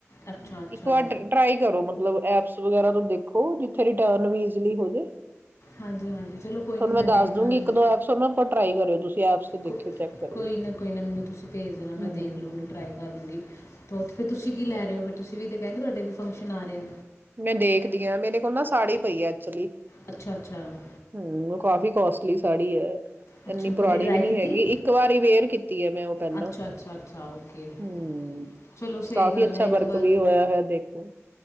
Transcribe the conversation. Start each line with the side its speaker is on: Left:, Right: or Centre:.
Left: ਅੱਛਾ ਅੱਛਾ
Right: ਇੱਕ ਵਾਰ ਟਰਾਈ ਕਰੋ, ਮਤਲਬ ਐਪਸ ਵਗੈਰਾ ਤੋਂ ਦੇਖੋ, ਜ ਥੇ ਰਿਟਰਨ ਵੀ ਇਜੀਲੀ ਹੋ ਜੇ,
Left: ਹਾਂਜੀ ਹਾਂਜੀ ਚਲੋ ਕੋਈ
Right: ਤੁਹਾਨੂੰ
Left: ਨਹੀਂ
Right: ਮੈਂ ਦੱਸ
Left: ਦੇਖਾਂਗੀ
Right: ਦੂਗੀ ਇੱਕ,
Left: ਉਹ।
Right: ਦੋ ਐਪਸ, ਓਨ੍ਹਾਂ ਉੱਪਰ ਟਰਾਈ ਕਰਿਓ, ਤੁਸੀਂ ਐਪਸ
Left: ਕੋ-
Right: ਦੇਖਿਓ ਚੈੱਕ ਕਰਿਓ
Left: ਕੋਈ ਨਾ ਕੋਈ ਨਾ ਮੈਨੂੰ ਤੁਸੀਂ ਭੇਜ ਦੇਣਾ, ਮੈਂ
Right: ਹਮ
Left: ਦੇਖ ਲੂਗੀ, ਟਰਾਈ ਕਰ ਲੂੰਗੀ ਫਿਰ ਤੁਸੀਂ ਕੀ ਲੈ ਰਹੇ ਹੋ, ਫਿਰ ਤੁਸੀਂ ਵੀ ਤਾਂ ਕਿਹਾ, ਤੁਹਾਡੇ ਵੀ ਫੰਕਸ਼ਨ ਆ ਰਿਹਾ
Right: ਮੈਂ ਦੇਖਦੀ ਆ, ਮੇਰੇ ਕੋਲ ਨਾ ਸਾੜੀ ਪਈ ਆ, ਐਕਚੁਲੀ
Left: ਅੱਛਾ ਅੱਛਾ
Right: ਹਮ, ਉਹ ਕਾਫੀ ਕੋਸਟਲੀ ਸ ਸਾੜੀ ਆ
Left: ਅੱਛਾ
Right: ਇੰਨੀ
Left: ਕਦੀ
Right: ਪੁਰਾਣੀ
Left: ਟਰਾਈ
Right: ਵੀ ਨੀ
Left: ਕੀਤੀ
Right: ਹੈਗੀ,
Left: ਹੈ?
Right: ਇੱਕ ਵਾਰ ਵੇਅਰ ਕੀਤੀ ਹੈ, ਮੈਂ ਉਹ ਪਹਿਲਾਂ
Left: ਅੱਛਾ ਅੱਛਾ ਅੱਛਾ ਓਕੇ
Right: ਹਮ,
Left: ਚਲੋ ਸਹੀ
Right: ਕਾਫੀ
Left: ਗੱਲ
Right: ਅੱਛਾ
Left: ਹੈ ਇੱਕ
Right: ਵਰਕ
Left: ਵਾਰ
Right: ਵੀ ਹੋਇਆ ਹੋਇਆ ਦੇਖੋ